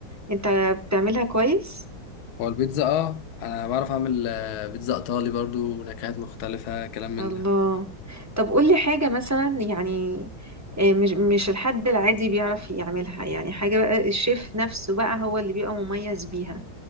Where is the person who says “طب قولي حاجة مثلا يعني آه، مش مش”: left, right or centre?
Right